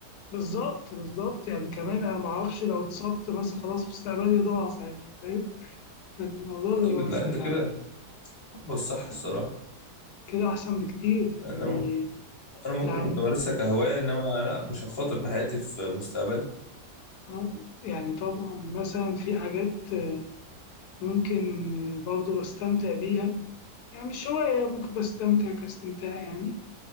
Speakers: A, on the left (about 75°); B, on the left (about 50°).
A: بالظبط بالظبط يعني كمان أنا معرفش لو اتصبت مثلا خلاص مستقبلي ضاع ساعتها فاهم الموضوع بيبقى
B: ايوه لا انت
A: يعني
B: كده انت بتفكر الصح الصراحة
A: كده أحسن بكتير
B: انا
A: يعني
B: انا ممكن
A: يعني
B: كنت امارسها كهوايه انما لا مش هخاطر بحياتي في مستقبلي
A: آه، يعني طبعا مثلا في حاجات آه، ممكن آه، برضو بستمتع بيها يعني مش هواية ممكن بستمتع كاستمتاع يعني